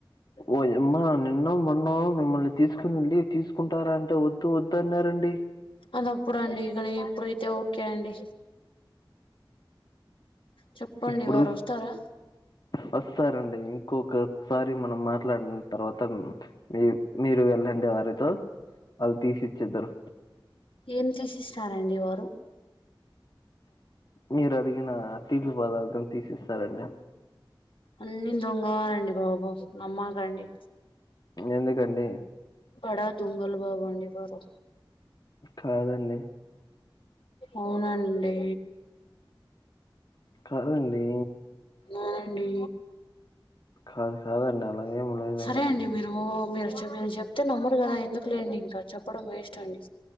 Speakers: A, on the left; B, on the left.
A: ఓయమ్మా నిన్నో మొన్నో మిమ్మల్ని తీసుకొని వెళ్ళి తీసుకుంటారా అంటే వద్దు వద్దు అన్నారండి
B: అది అప్పుడు అండి ఇకనీ ఇప్పుడైతే ఓకే అండి చెప్పండి
A: ఇప్పుడు
B: వారొస్తారా
A: వస్తారండి ఇంకొకసారి మనం మాట్లాడిన తర్వాత మీ మీరు వెళ్ళండి వారితో వాళ్ళు తీసిచ్చిద్దరు
B: ఏం తీసిస్తారండి వారు
A: మీరు అడిగిన తీపి పదార్థం తీసి ఇస్తారండి
B: అన్ని దొంగవాలండి బాబు నమ్మకండి
A: ఎందుకండి
B: బడా దొంగలు బాబండి వారు
A: కాదండి
B: అవునండి
A: కాదండి
B: అవునండి
A: కాదు కాదండి అలా ఏం లేదు
B: సరే అండి ఓ మీరు మీరు చెప్తే నమ్మరు కదా ఎందుకులేండి ఇంకా చెప్పడం వేస్ట్ అండి